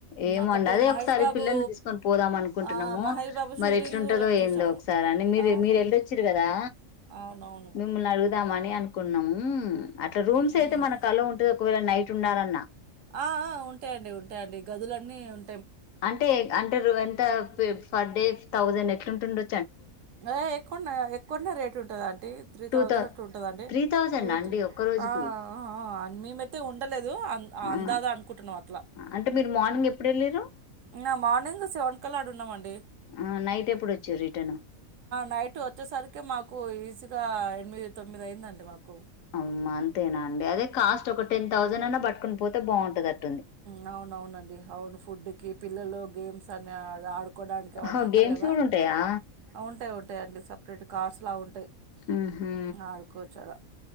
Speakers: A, on the left; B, on the right.
A: ఏమోండి
B: ఒకప్పుడు
A: అదే
B: మహేష్
A: ఒకసారి
B: బాబు
A: పిల్లల్ని తీసుకొని పోదాం అనుకుంటున్నాము
B: ఆ! మహేష్ బాబు షూటింగ్
A: మరి ఎట్లుంటదో
B: గూడా చూసాము.
A: ఏందో సరే అండి మీరు
B: అవును.
A: మీరు ఎళ్ళొచ్చీరు కదా
B: అవునవును
A: మిమ్మల్ని అడుగుదామని అనుకున్నాము అట్లా రూమ్స్
B: హ్మ్.
A: అయితే మన కలో ఉంటది ఒకవేళ నైట్ ఉండాలన్నా
B: ఆ ఆ ఉంటాయండి ఉంటాయండి గదులన్నీ ఉం
A: అంటే అంటే ఎంత పర్ డే థౌజండ్ ఎట్లుంటుండు
B: ఏ ఎక్కువన్నా ఎక్కువన్నా రేటు ఉంటదాంటీ త్రీ
A: టూ
B: థౌజండ్
A: థౌ
B: అట్లా ఉంటందండి
A: త్రీ థౌజండ్
B: టూ
A: అండి
B: త్రి
A: ఒక్క రోజుకి
B: ఆ అ మెమైతె ఉండ లేదు
A: ఆ
B: అందాదా అనుకుంటున్నాం అట్లా
A: అంటే మీరు మార్నింగ్ ఎప్పుడు వెళ్ళిరు
B: ఆ మార్నింగ్ సెవన్ కల్లా అడున్నామండి
A: ఆ నైట్ ఎప్పుడు వచ్చారు రిటర్న్
B: నైట్ వచ్చేసరికి మాకు ఈజీగా ఎనిమిది తొమ్మిది అయిందండి మాకు
A: అమ్మ అంతేనా అండి అదే కాస్ట్ ఒక టెన్ థౌసండ్ అన్నా పట్టుకుని పోతే బాగుంటదట్టుంది
B: నవునవునండి అవును ఫుడ్కి పిల్లలు గేమ్స్ సన్న అది ఆడుకోవడానికి
A: ఓహో
B: ఏవన్న అంటారు
A: గేమ్స్
B: కదా
A: కూడా ఉంటాయా
B: ఉంటాయి ఉం ఉంటాయండి సపరేట్ కార్స్ లా ఉంటాయి
A: ఉహు
B: ఆడుకోవచ్చాడ